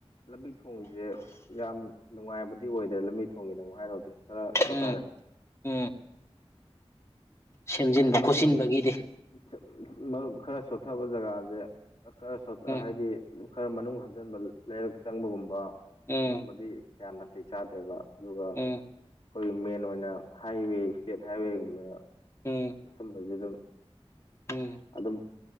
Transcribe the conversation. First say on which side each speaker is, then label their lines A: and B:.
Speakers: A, on the left; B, on the left.
A: ꯂꯝꯕꯤ ꯊꯣꯡꯁꯦ ꯌꯥꯝ ꯅꯨꯡꯉꯥꯏꯕꯗꯤ ꯑꯣꯏꯗ꯭ꯔꯦ ꯂꯝꯕꯤ ꯊꯣꯡꯒꯤꯅ ꯑꯃꯨꯛ ꯍꯥꯏꯔꯗꯤ ꯈꯔ ꯁꯣꯊꯔꯦ
B: ꯎꯝ ꯎꯝ ꯁꯦꯝꯖꯤꯟꯕ
A: ꯍꯥꯏꯗꯤ ꯃꯅꯨꯡ
B: ꯈꯣꯠꯆꯤꯟꯕꯒꯤꯗꯤ
A: <unintelligible> ꯈꯔ ꯁꯣꯠꯊꯕ ꯖꯒꯥꯁꯦ ꯈꯔ ꯁꯣꯊ
B: ꯎꯝ
A: ꯍꯥꯏꯗꯤ ꯈꯔ ꯃꯅꯨꯡ ꯍꯟꯖꯤꯟꯕ ꯂꯩꯔꯛ ꯆꯪꯕꯒꯨꯝꯕ
B: ꯎꯝ
A: ꯑꯗꯨꯝꯕꯗꯤ ꯀꯌꯥ ꯅꯥꯇꯩ ꯆꯥꯗ꯭ꯔꯦꯕ ꯑꯗꯨꯒ
B: ꯎꯝ
A: ꯑꯩꯈꯣꯏꯒꯤ ꯃꯦꯟ ꯑꯣꯏꯅ ꯍꯥꯏꯋꯦ ꯏꯁꯇꯦꯠ ꯍꯥꯏꯋꯦꯒꯨꯝꯕ
B: ꯎꯝ
A: ꯁꯨꯝꯕꯖꯦ ꯑꯗꯨꯝ
B: ꯎꯝ
A: ꯑꯗꯨꯝ